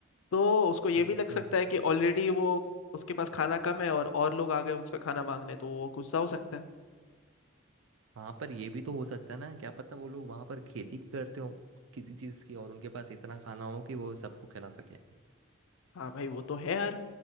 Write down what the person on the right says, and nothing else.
हम्म
हम्म हम्म
हाँ पर ये भी तो हो सकता है ना क्या पता वो लोग वहां पर खेती करते हो किसी चीज की और उनके पास इतना खाना हो कि वो सबको खिला सके